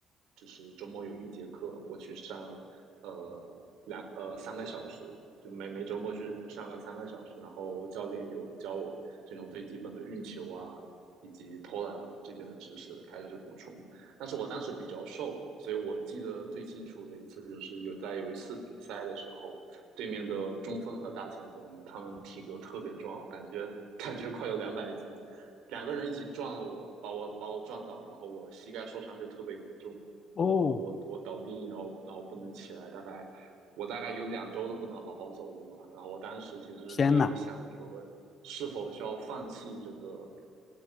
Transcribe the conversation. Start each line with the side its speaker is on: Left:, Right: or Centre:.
Right: 就是周末有一节课，我去上呃两呃三个小时，就每每周末去上个三个小时，然后教练有教我这种最基本的运球啊，以及投篮这边的知识开始补充。但是我当时比较瘦，所以我记得最清楚的一次就是有在有一次比赛的时候，对面的中锋和大前锋他们体格特别壮，我感觉感觉快有两百斤，两个人一起撞了我，把我把我撞倒，然后我膝盖受伤就特别严重，
Left: 哦，
Right: 我我我倒地，然后然后不能起来，大概。我大概有两周都不能好好走路吧，然后我当时其实也有想说，
Left: 天呐，
Right: 是否需要放弃这个